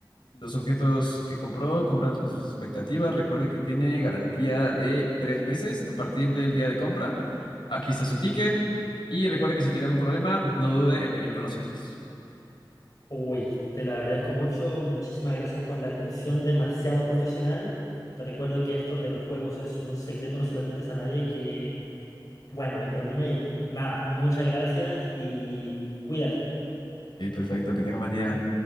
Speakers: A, on the left; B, on the left.
A: los objetos que compró cumplan con sus expectativas. Recuerde que tiene garantía de tres veces a partir del día de compra. Aquí está su ticket. Y recuerde que si tiene algún problema, no dude en venir con nosotros.
B: Uy, te lo agradezco mucho. Muchísimas gracias por la atención demasiado profesional. Te recuerdo que esto de los juegos es un secreto, no se lo cuentes a nadie, que bueno, mi problema y nada, muchas gracias y cuídate.
A: Ok, perfecto, que tenga buen día.